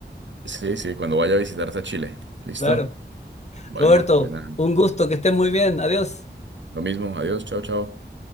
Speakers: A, on the right (about 80°); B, on the left (about 35°).
A: Sí, sí, cuando vaya a visitarte a Chile. ¿Listo?
B: Claro.
A: Bueno,
B: Roberto,
A: pues nada,
B: un gusto, que estés muy bien. Adiós.
A: lo mismo. Adiós, chao, chao.